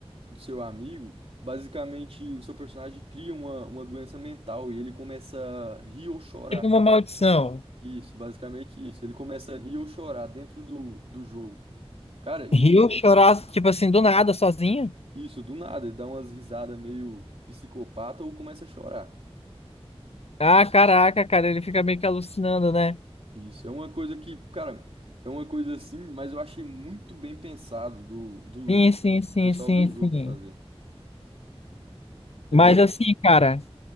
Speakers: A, on the right (about 65°); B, on the left (about 75°).
A: do seu amigo, basicamente o seu personagem cria uma, uma doença mental e ele começa a rir ou chorar.
B: Tipo uma maldição.
A: Isso, basicamente isso. Ele começa a rir ou chorar dentro do, do jogo. Cara, e
B: Rio chorar, tipo assim, do nada, sozinho?
A: Isso, do nada, ele dá umas risadas meio psicopata ou começa a chorar.
B: Ah, caraca, cara, ele fica meio que alucinando, né?
A: Isso, é uma coisa que, cara, é uma coisa assim, mas eu achei muito bem pensado do, do,
B: Sim, sim, sim,
A: do pessoal
B: sim,
A: do jogo
B: sim.
A: fazer. É,
B: Mas assim, cara,